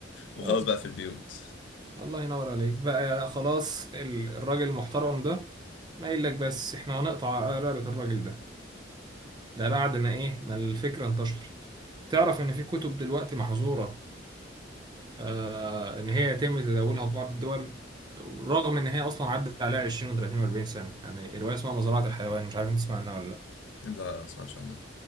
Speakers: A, on the left; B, on the right.
A: وخلاص
B: اه
A: بقى في البيوت
B: الله ينور عليك بقى خلاص ال- الراجل المحترم ده ما يقول لك بس احنا هنقطع رقبة الراجل ده ده بعد ما ايه ما الفكرة انتشرت تعرف ان في كتب دلوقتي محظورة آه ان هي يتم تداولها في بعض الدول رغم ان هي اصلا عدت عليها 20 و30 و40 سنة يعني رواية اسمها مزرعة الحيوان مش عارف انت تسمع عنها ولا
A: لا لا ما سمعتش عنه